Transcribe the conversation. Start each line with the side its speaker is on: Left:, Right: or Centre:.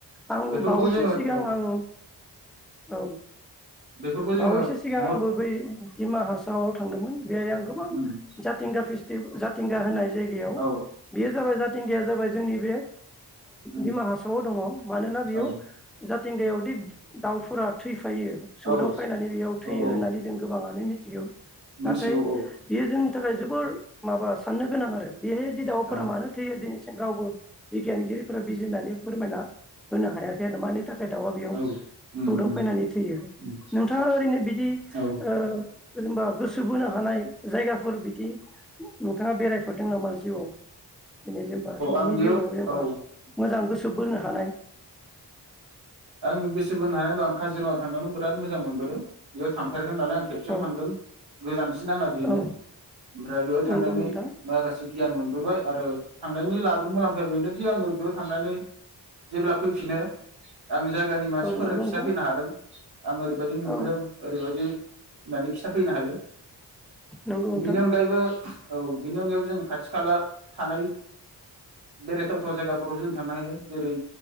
Centre: आंबो
Right: बेफोरखौ
Centre: बावैसो
Right: जोङो
Centre: सिगां
Right: औ
Centre: आं औ
Right: बेफोरखौ जोङो
Centre: बावैसो सिगां
Right: नट
Centre: आंबो बै औ <unintelligible> आव थांदोंमोन बेहाय आं गोबां
Right: उम
Centre: जाथिंगा फेस्टि जाथिंगा होनाय जायगायाव
Right: औ
Centre: बेयो जाबाय मिथिंगाया जाबाय जोंनि बे
Right: उम
Centre: दिमा हासाव दङ मानोना बेयाव
Right: औ
Centre: जा थिंगायावदि दाउफोरा थैफायो सौदाव
Right: औ
Centre: फैनानै बेयाव
Right: औ
Centre: थैयो
Right: औ
Centre: होननानै जों गोबाङानो मिथिगौ
Right: मिथिगौ
Centre: नाथाय
Right: औ
Centre: बेयो जोंनि नि थाखाय जोबोर माबा साननो गोनां आरो बेहाय बि दावाफोरा
Right: औ
Centre: मानो थैयो दिनैसि रावबो बिगियानगिरिफोरा बिज होननानै फोरमायना होनो हायाखै आरो मानि थाखाय खाय दाउआ बेयाव
Right: औ उम
Centre: सौदाव
Right: उम
Centre: फैनानै थैयो
Right: उम
Centre: नोंथाङा ओरैनो बिदि
Right: औ
Centre: ओ जेनबा गोसो बोनो हानाय जायगाफोर बिदि नोंथाङा बेरायफरदों नामा जिउआव जेनेबा नोंनि
Right: आं बेयाव
Centre: जिउआव जेनेबा
Right: औ
Centre: मोजां गोसो सोबबोनो हानाय
Right: आंनि गोस बोनो हानाया आं काजिरङा थांनायावनो बिराद मोजां मोनबोदों बेयाव थांफेर नालाय आं खेबसेल'
Centre: औ
Right: थांदों गोजानसिन आंना बेनो
Centre: औ
Right: ओमफ्राय बेयाव थांनानै
Centre: नंगौ नोंथां
Right: माखासे गियान मोनबोबाय आरो थांनायनि लाबो मुलाम्फाया बेनोदि आङो बेयाव थांनानै जेब्ला फैफिनो आं जायगानि मानसिफोरनो
Centre: औ नंगौ
Right: खिन्थाफैनो
Centre: नोंथां
Right: हादों आं ओरैबायदि नुबोदों
Centre: औ
Right: ओरैबायदि होननानै खिथाफैनो हायो
Centre: नंगौ नोंथां
Right: बेनि अनगायैबो औ बेनि अनगायैबो जों खाथि खाला थानाय बेरायथावथाव जायगाफोराव जों थांनो हायो जेरै